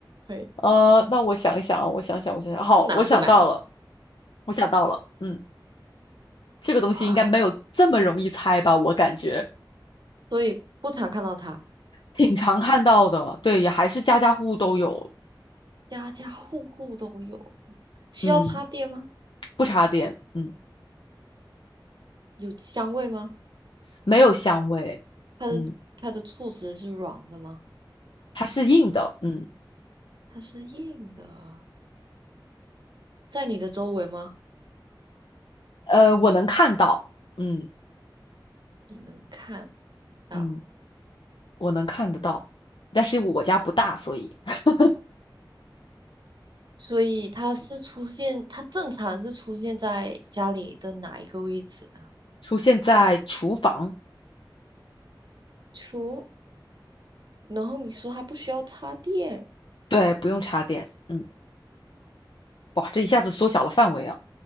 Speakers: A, on the right; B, on the left.
A: 可以，
B: 呃，那我想一想啊，我想想，我想想，好，
A: 不难不难。
B: 我想到了，我想到了，嗯，这个东西应该没有这么容易猜吧？
A: 哇，
B: 我感觉
A: 所以不常看到它，
B: 挺常看到的，对，也还是家家户户都有，
A: 家家户户都有。需要插电吗？
B: 嗯，不插电，嗯，
A: 有香味吗？
B: 没有香味，
A: 它的它的触子是软的吗？
B: 嗯，它是硬的，嗯。
A: 它是硬的，在你的周围吗？
B: 呃，我能看到，嗯
A: 你能看到，
B: 嗯，我能看得到，但是我家不大，所以 <laughs>
A: 所以它是出现，它正常是出现在家里的哪一个位置
B: 出现在厨房，
A: 厨，除然后你说它不需要插电，
B: 对，不用插电，嗯，哇，这一下子缩小了范围啊，